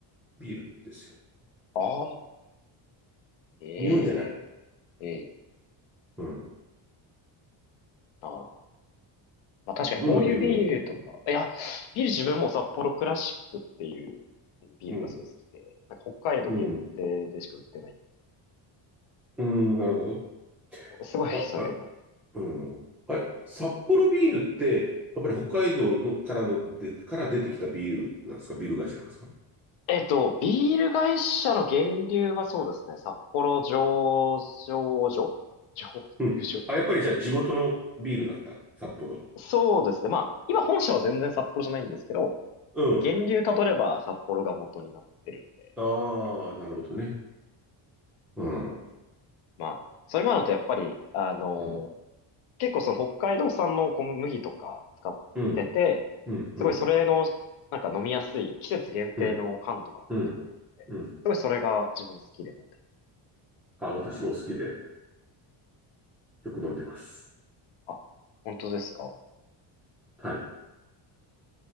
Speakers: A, in the centre; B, on the left (about 75°).
A: ビールですよ。
B: ああ、え
A: 日本じゃない。
B: えええ
A: うん。
B: なるほど。まあ確かにこういうビールとか、
A: どんなビールのうん。
B: いや、ビール自分も札幌クラシックっていうビールがすごい好きで、
A: うん。
B: なんか北海道限定でしか売ってないんです。
A: うん。うん、なるほど。
B: すごい、
A: あ、
B: それが。
A: あうん。あれ、札幌ビールって、やっぱり北海道のからので、から出てきたビールなんですかビール会社なんですか
B: えっと、ビール会社の源流はそうですね、札幌醸造所醸造所っていうか、
A: うん。あ、やっぱりじゃあ地元のビールなんだ。札幌の。
B: そうですね。まあ、今本社は全然札幌じゃないんですけど、
A: うん。
B: 源流たどれば札幌が元になってるんで、
A: ああ、
B: っていうか。
A: なるほどね。うん。
B: まあ、それもあるのとやっぱり、あの、
A: うん。
B: 結構その北海道産の小麦とか使ってて、
A: うん。うん。
B: すごいそれの、
A: うん。
B: なんか飲みやすい季節限定の缶とかも出てくる。
A: うん。うん。うん
B: すごいそれが自分好きで飲んでる。
A: あ、私も好きでよく飲んでます。
B: あ、本当ですか
A: はい。